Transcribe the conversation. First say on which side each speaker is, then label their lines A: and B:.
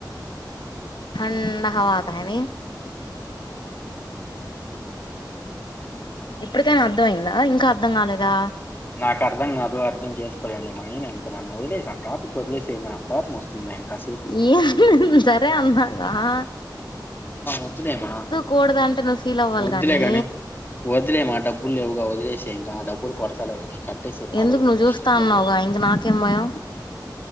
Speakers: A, on the left (about 80°); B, on the left (about 25°).
A: ఠండ హవాత ఎని ఇప్పటికైనా అర్ధం అయ్యిందా ఇంకా అర్ధం కాలేదా
B: నాకు అర్థం కాదు అర్థం చేసుకోలేండివ ఇ నన్ను వదిలేసి ఆ టాపిక్ వదిలేస నాక్ కోపం వస్తుంది ఇంక కాసేపు
A: ఈ హ్ హ్ సరే అన్న రాా
B: వద్దులే మా
A: కూడదు అంటే నువ్వు ఫీల్ అవ్వాలి
B: వద్దు
A: గాని
B: లే కాని వదిలేమా డబ్బులువుగా వదిలేసే ఇంకా డబ్బులు <unintelligible> కాలేజీ
A: ఎందుకు నువ్వు
B: ఫస్ట్
A: చూస్తా
B: అర్జెంటుగా
A: అన్నావుగా ఇంక నాకేం భయం